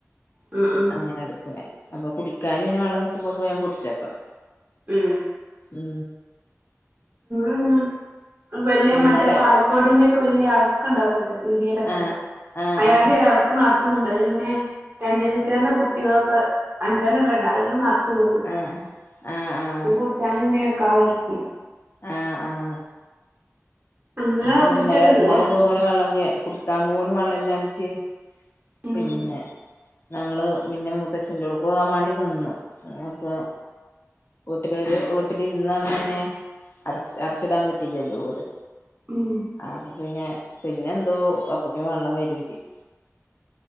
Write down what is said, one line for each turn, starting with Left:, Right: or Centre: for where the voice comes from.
Right: മ് മ്
Left: അങ്ങനെ എടുക്കണ അപ്പൊ കുടിക്കാനും പിന്നെ വെള്ളം നിക്കുമ്പോ പോയക്ക് വേഗം പിടിച്ച് വെക്കാം
Right: മ്
Left: ഉം
Right: ആഹ് വലിയ
Left: ഇന്നലെ
Right: മറ്റേ പാൽപ്പൊടീന്റൊക്കെ വലിയ അൾക്ക് ഇണ്ടാവൂലെ പീടിയേലൊക്കെ
Left: ആഹ് ആഹ്
Right: <unintelligible>
Left: ആഹ്
Right: ഒരാൾക്ക് മാത്രം ച്ചും കൊണ്ടും പിന്നെ രണ്ട് ലിറ്ററിന്റെ കുപ്പികളൊക്കെ അഞ്ചെണ്ണട്ടണ്ട് അയിലും നെറച്ച് ഓൾ
Left: ആഹ് ആഹ് ആഹ്
Right: ഇത് കുടിച്ചാൽ <unintelligible>
Left: ആഹ് ആഹ്
Right: അങ്ങനെ
Left: അന്ന് പിന്നെ
Right: ഒപ്പിച്ചട്
Left: ഇന്നലെ
Right: പോവാ
Left: ഇന്നലെ അതുപോലെ വെള്ളം കുടിക്കാൻ പോലും വെള്ളം ഇല്ലാഞ്ഞിട്ട്
Right: ഉം
Left: പിന്നെ ഞങ്ങള് പിന്നെ മൂത്തച്ഛൻ്റവിടെ പോകാൻ വേണ്ടി നിന്നു അപ്പ വീട്ടിലൊരു വീട്ടില് ഇന്ന് അന്നന്നെ അടച്ച് അടച്ചിടാൻ പറ്റില്ലല്ലോ വീട്
Right: ഉം
Left: അത് പിന്നെ പിന്നെ എന്തോ അപ്പക്കിന് വെള്ളം വരും ചെയ്യും